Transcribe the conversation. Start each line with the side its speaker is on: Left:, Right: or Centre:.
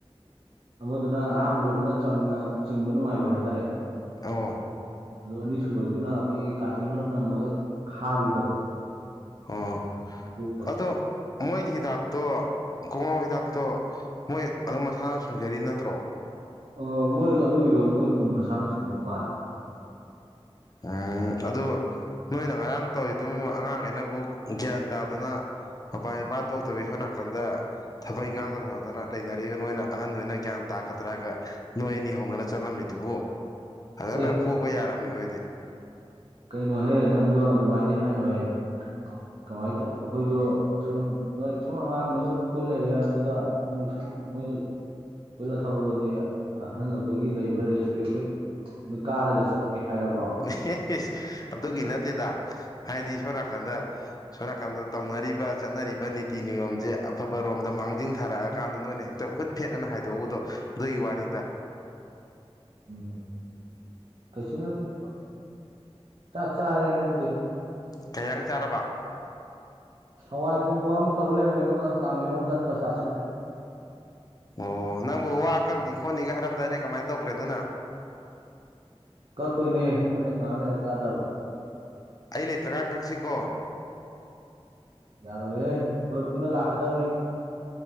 Right: ꯑꯃꯗꯨꯅ ꯑꯍꯥꯟꯕ ꯂꯧꯕꯗꯨꯅ ꯆꯝꯅ ꯆꯤꯡꯕ ꯅꯨꯡꯉꯥꯏꯕ ꯍꯥꯏꯇꯥꯔꯦ
Left: ꯑꯣ
Right: ꯑꯗꯨ ꯑꯅꯤꯁꯨꯕꯗꯨꯅ ꯑꯩꯈꯣꯏꯒꯤ ꯀꯥꯊꯤ ꯃꯅꯝ ꯅꯝꯃꯒ ꯈꯥꯕꯤꯗꯣ
Left: ꯑꯣ
Right: ꯑꯗꯨ ꯑꯣꯏꯔꯛꯄ
Left: ꯑꯗꯣ ꯃꯣꯏꯒꯤ ꯍꯤꯗꯥꯛꯇꯣ ꯈꯨꯉꯥꯎ ꯍꯤꯗꯥꯛꯇꯣ ꯃꯣꯏ ꯑꯗꯨꯝ ꯃꯁꯥꯅ ꯁꯨꯡꯖꯔꯤ ꯅꯠꯇ꯭ꯔꯣ
Right: ꯑ ꯃꯣꯏ ꯑꯗꯨꯒꯤꯗꯣ ꯃꯣꯏ ꯈꯨꯟ ꯃꯁꯥꯅ ꯁꯨꯡꯕ ꯃꯥꯜꯂꯤ
Left: ꯎꯝ ꯑꯗꯨ ꯅꯣꯏꯅ ꯉꯔꯥꯡ ꯇꯧꯔꯤꯗꯨ ꯑꯉꯥꯡꯈꯩꯅꯕꯨ ꯒ꯭ꯌꯥꯟ ꯇꯥꯗꯅ ꯃꯄꯥꯜ ꯏꯄꯥꯜ ꯊꯣꯛꯇꯕꯤ ꯁꯣꯝ ꯅꯥꯀꯟꯗ ꯊꯕꯛ ꯏꯪꯈꯥꯡ ꯇꯧꯅꯗꯅ ꯂꯩꯅꯔꯦ ꯅꯣꯏꯅ ꯑꯍꯟ ꯑꯣꯏꯅ ꯒ꯭ꯌꯥꯟ ꯇ ꯇꯥꯒꯗ꯭ꯔꯒ ꯅꯣꯏ ꯑꯅꯤ ꯍꯧꯅꯔ ꯆꯠꯂꯝꯃꯤꯗꯨꯕꯨ ꯐꯖꯅ
Right: ꯑꯦ
Left: ꯐꯨꯕ ꯌꯥꯔꯝꯅꯤ ꯅꯣꯏ
Right: ꯀꯩꯅꯣꯍꯦ ꯅꯪꯁꯨ ꯑꯗꯨꯃꯥꯏꯗꯤ ꯍꯥꯏꯅꯣꯍꯦ ꯀꯃꯥꯏꯅ ꯇꯧ ꯑꯩꯈꯣꯏꯁꯨ ꯁꯨꯝ ꯅꯣꯏ ꯁꯨꯝ ꯑꯉꯥꯡ ꯅꯣꯏꯒ ꯑꯗꯨꯝ ꯄꯨꯜ ꯂꯩꯔꯦ ꯑꯗꯨꯒ ꯅꯣꯏ ꯁꯨꯝ ꯎꯝ ꯅꯣꯏꯒ ꯄꯨꯜꯂꯒ ꯊꯛꯑꯣ ꯑꯗꯨꯗꯤ ꯑꯍꯜ ꯑꯩꯈꯣꯏꯒꯤ ꯂꯩꯕ ꯔꯦꯁꯄꯦꯛꯁꯦ ꯅꯣꯏ ꯀꯥꯔꯒ ꯆꯠꯂꯒꯦ ꯍꯥꯏꯔꯕ꯭ꯔꯣ
Left: ꯎ <unintelligible> ꯑꯗꯨꯒꯤ ꯅꯠꯇꯦꯗ ꯍꯥꯏꯗꯤ ꯁꯣꯝ ꯅꯥꯀꯟꯗ ꯁꯣꯝ ꯅꯥꯀꯟꯗ ꯇꯧꯅꯔꯤꯕ ꯆꯠꯅꯔꯤꯕ ꯅꯤꯇꯤ ꯅꯤꯌꯣꯝꯁꯦ ꯑꯐꯕꯔꯣꯝꯗ ꯃꯥꯡꯖꯤꯟ ꯊꯥꯔꯛꯑꯀꯥꯟꯗ ꯅꯣꯏꯅ ꯍꯦꯛꯇ ꯍꯨꯠ ꯐꯦꯠꯅ ꯍꯥꯏꯗꯣꯛꯎꯕꯗꯣ ꯑꯗꯨꯒꯤ ꯋꯥꯅꯤ ꯗ
Right: ꯎꯝ ꯀꯩꯁꯨ ꯅꯠꯇꯦꯗ ꯆꯥꯛ ꯆꯥꯔꯦ ꯑꯩꯕꯨꯗꯤ
Left: ꯀꯩ ꯏꯟꯁꯥꯡ ꯆꯥꯔꯕ
Right: ꯍꯋꯥꯏ ꯊꯣꯡꯕ ꯑꯃ ꯇꯧ ꯂꯩꯔꯝꯃꯦ ꯑꯗꯨꯒ ꯀꯥꯡꯃꯦꯠ ꯑꯃꯒ ꯑꯗꯨꯒ ꯆꯥꯁꯤꯜꯂꯦ
Left: ꯑꯣ ꯅꯪꯕꯨ ꯋꯥ ꯀꯛꯅꯤ ꯈꯣꯠꯅꯤꯒ ꯍꯥꯏꯔꯝꯗꯥꯏꯅꯦ ꯀꯃꯥꯏꯅ ꯇꯧꯈ꯭ꯔꯦ ꯑꯗꯨꯅ
Right: ꯀꯛꯇꯣꯏꯅꯦ ꯍꯣꯔꯦꯟ ꯉꯥꯏꯍꯥꯛ ꯂꯩꯔꯒ ꯀꯛꯑꯗꯕꯅꯦ
Left: ꯑꯩ ꯂꯩꯇ꯭ꯔ ꯀꯥꯟ ꯀꯛꯁꯤꯀꯣ
Right: ꯌꯥꯔꯣꯏꯍꯦ ꯅꯣꯏ ꯄꯨꯟꯅ ꯂꯥꯛꯀꯗꯕꯅꯤ